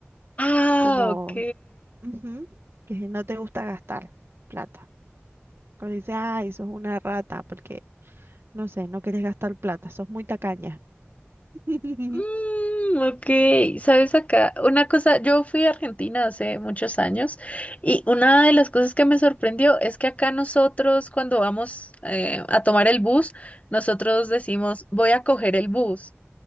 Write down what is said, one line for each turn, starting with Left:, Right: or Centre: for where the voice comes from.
Left: Ah,
Right: como
Left: ok.
Right: ujú, que no te gusta gastar plata. Cuando dice, ay, sos una rata, porque, no sé, no querés gastar plata, sos muy tacaña. <laughs>
Left: Mm, ok, sabes acá, una cosa, yo fui a Argentina hace muchos años y una de las cosas que me sorprendió es que acá nosotros cuando vamos eh, a tomar el bus, nosotros decimos voy a coger el bus